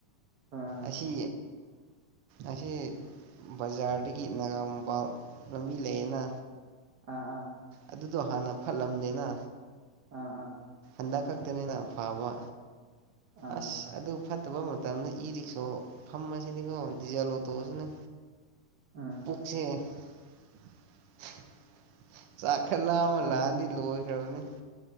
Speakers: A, on the right (about 45°); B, on the right (about 80°).
A: ꯑꯥ
B: ꯑꯁꯤ ꯑꯁꯤ ꯕꯖꯥꯔꯗꯒꯤ ꯅꯥꯒꯥ ꯃꯄꯥꯜ ꯂꯝꯕꯤ ꯂꯩꯌꯦꯅ
A: ꯑꯥ ꯑꯥ
B: ꯑꯗꯨꯗꯣ ꯍꯥꯟꯅ ꯐꯠꯂꯝꯗꯦꯅ
A: ꯑꯥ ꯑꯥ
B: ꯍꯟꯗꯛ ꯈꯛꯇꯅꯤꯅ ꯐꯥꯕ
A: ꯑꯥ
B: ꯑꯁ ꯑꯗꯨ ꯐꯠꯇꯕ ꯃꯇꯝꯗ ꯏ ꯔꯤꯛꯁꯣ ꯐꯝꯃꯁꯤꯅꯤꯀꯣ ꯗꯤꯖꯜ ꯑꯣꯇꯣꯑꯁꯤꯅꯦ
A: ꯎꯝ
B: <unintelligible> ꯆꯥꯛꯈꯠꯂꯛꯑꯃ
A: ꯑꯗꯨ
B: ꯂꯥꯛꯑꯗꯤ ꯂꯣꯏꯈ꯭ꯔꯕꯅꯤ